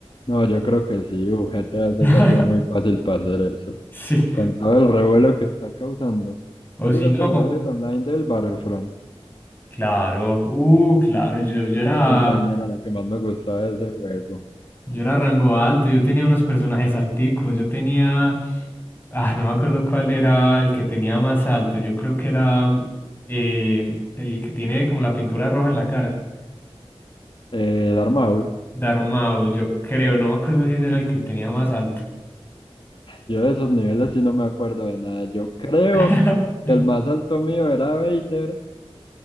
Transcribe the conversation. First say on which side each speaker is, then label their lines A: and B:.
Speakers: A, on the left (about 50°); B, on the left (about 20°).
A: No, yo creo que sí, uff, GTA 6
B: <laughs>
A: la tiene muy fácil para hacer eso.
B: Sí.
A: Con todo el revuelo que está causando.
B: O
A: ¿Vos llegaste
B: si no,
A: a jugar el online del Battlefront?
B: claro, uh, claro, yo, yo era
A: Ese online era lo que más me gustaba de ese juego.
B: Yo era rango alto, yo tenía unos personajes alticos, yo tenía, ah, no me acuerdo cuál era el que tenía más alto, yo creo que era eh, el que tiene como la pintura roja en la cara,
A: Eh, Darth Maul,
B: Darmaul, yo creo, no me acuerdo si ese era el que tenía más alto.
A: Yo de esos niveles sí no me acuerdo de nada. Yo creo
B: <laughs>
A: que el más alto mío era Vader.